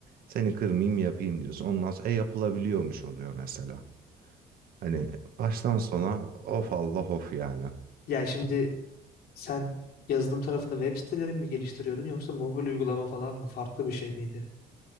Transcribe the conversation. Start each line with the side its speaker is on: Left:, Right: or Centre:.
Right: seni kırmayayım yapayım diyorsun. Ondan sonra e yapılabiliyormuş oluyor mesela. Hani baştan sona of Allah of yani.
Left: Ya şimdi Sen yazılım tarafında web siteleri mi geliştiriyordun yoksa mobil uygulama falan mı? Farklı bir şey miydi?